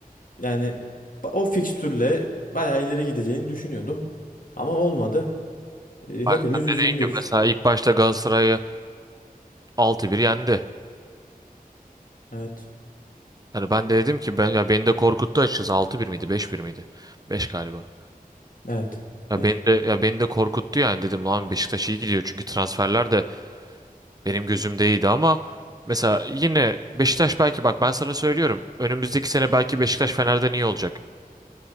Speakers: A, on the left (about 65°); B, on the right (about 25°).
A: yani o fikstürle bayağı ileri gideceğini düşünüyordum. Ama olmadı. Ee,
B: Bak
A: hepimiz üzüldük.
B: dediğim mesela ilk başta Galatasaray'ı altı bir yendi.
A: Evet.
B: Yani ben de dedim ki ben ya beni de korkuttu açıkçası altı bir miydi beş bir miydi? Beş galiba.
A: Evet.
B: Ya
A: Beş.
B: beni de ya beni de korkuttu yani dedim lan Beşiktaş iyi gidiyor çünkü transferler de Benim gözümde iyiydi ama mesela yine Beşiktaş belki bak ben sana söylüyorum önümüzdeki sene belki Beşiktaş Fener'den iyi olacak.